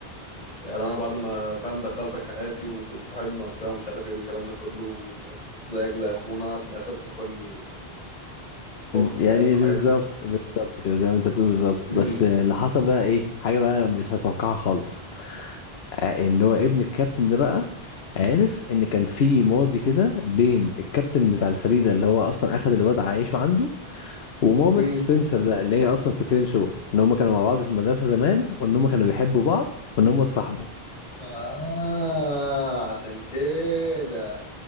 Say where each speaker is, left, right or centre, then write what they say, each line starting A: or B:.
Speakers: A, on the left; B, on the left.
A: يعني انا بعد ما فاهم دخلتك حياتي وبقيت صاحبنا وبتاع ومش عارف ايه والكلام ده كله وبقيت زيك زي اخونا في الاخر تخوني في اختي
B: يعني
A: فاهم الحاجات
B: بالظبط
A: دي
B: بالظبط كده زي ما انت بتقول بالظبط
A: مم.
B: بس اللي حصل بقى ايه حاجة بقى مش هتوقعها خالص آه، اللي هو ابن الكابتن ده بقى عرف ان كان في ماضي كده بين الكابتن بتاع الفريق ده اللي هو اصلا اخد الواد عايشه عنده ومامة
A: مم.
B: سبنسر ده اللي هي اصلا في كرينشو ان هم كانوا مع بعض في المدرسه زمان وان هم كانوا بيحبوا بعض وان هم اتصاحبوا
A: آه عشان كده